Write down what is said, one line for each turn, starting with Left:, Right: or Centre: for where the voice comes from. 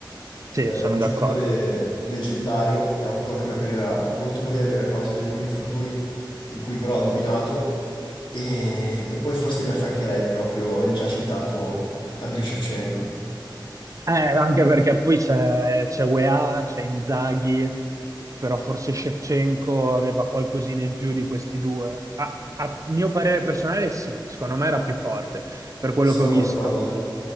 Right: Sì,
Left: eh,
Right: sono
Left: un
Right: d'accordo.
Left: giocatore leggendario che ha avuto anche una carriera molto breve a causa di alcuni infortuni in cui però ha dominato E, e poi forse gli affiancherei proprio il già citato Andriy Shevchenko.
Right: Eh, anche perché poi c'è c'è UEA, c'è Inzaghi, però forse Shevchenko aveva qualcosina in più di questi due. A, a mio parere personale, sì, secondo me era più forte, per quello
Left: Sono
Right: che ho visto.
Left: d'accordo,